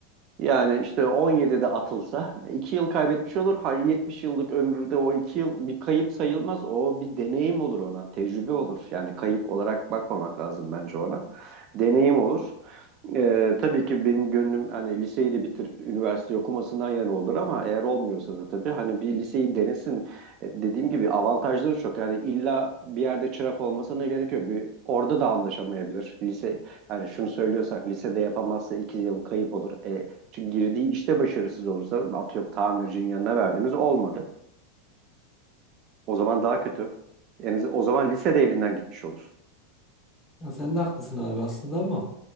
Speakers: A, on the right; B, on the left.
A: Yani işte 17'de atılsa 2 yıl kaybetmiş olur. Hayır 70 yıllık ömründe o 2 yıl bir kayıp sayılmaz. O bir deneyim olur ona. Tecrübe olur. Yani kayıp olarak bakmamak lazım bence ona. Deneyim olur. Ee, tabii ki benim gönlüm hani liseyi de bitirip üniversite okumasından yana olur ama eğer olmuyorsa da tabii hani bir liseyi denesin. E, dediğim gibi avantajları çok. Yani illa bir yerde çırak olmasına gerek yok. Bir, orada da anlaşamayabilir. Lise yani şunu söylüyorsak lisede yapamazsa iki yıl kayıp olur. E, çünkü girdiği işte başarısız olursa atıyorum tamircinin yanına verdiniz olmadı. O zaman daha kötü. En az, o zaman lisede elinden gitmiş olur.
B: Ya sen de haklısın abi aslında ama.